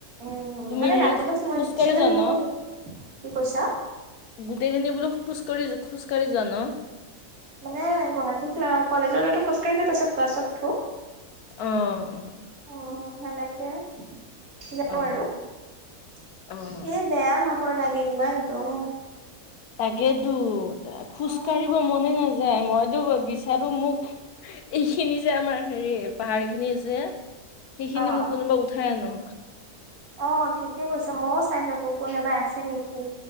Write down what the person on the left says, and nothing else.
তুমি
হেৰি
খোজকাঢ়ি
যোৱা
ন
গোটেইখিনি বোলো খোজঢ়ি-খোজকাঢ়ি যোৱা ন?
অ, অ,
অ
অ অ
তাকেতো, খোজকাঢ়িব
মনে নাযায় মইতো বিচাৰো মোক এই খিনি যে আমাৰ হেৰি পাহাৰ খিনি যে, সেইখিনি
মোক কোনোবা উঠাই আনক।